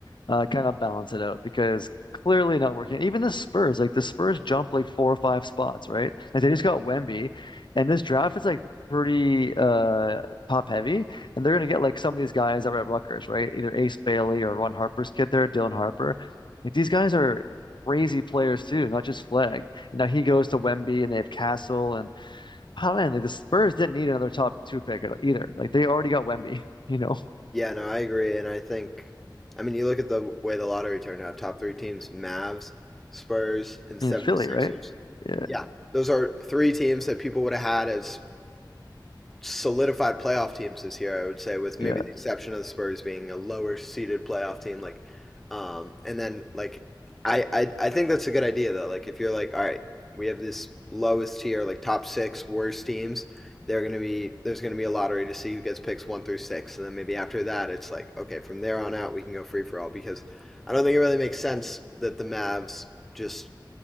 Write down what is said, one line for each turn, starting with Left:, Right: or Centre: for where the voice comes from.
Left: uh, kind of balance it out because clearly not working. Even the Spurs, like the Spurs jumped like four or five spots, right? Like they
Centre: Yeah.
Left: just got Wemby, and this draft is like pretty uh top heavy, and they're gonna get like some of these guys that were at Rutgers, right? Either Ace Bailey or Ron Harper's kid there, Dylan Harper. Like these guys are crazy players too, not just Flag. Now he goes to Wemby, and they have Castle, and oh man, like the Spurs didn't need another top two pick either. Like they already got Wemby, <laughs> you know,
Centre: Yeah. No, I agree, and I think I mean you look at the way the lottery turned out. Top three teams: Mavs, Spurs, and 76ers.
Left: in Philly, right? Yeah,
Centre: Yeah, those are three teams that people would have had as solidified playoff teams this year. I would say, with maybe
Left: yeah.
Centre: the exception of the Spurs being a lower seeded playoff team. Like, um, and then like, I, I I think that's a good idea though. Like, if you're like, all right, we have this lowest tier, like top six worst teams. They're gonna be there's gonna be a lottery to see who gets picks one through six, and then maybe after that, it's like okay, from there on out, we can go free for all because I don't think it really makes sense that the Mavs just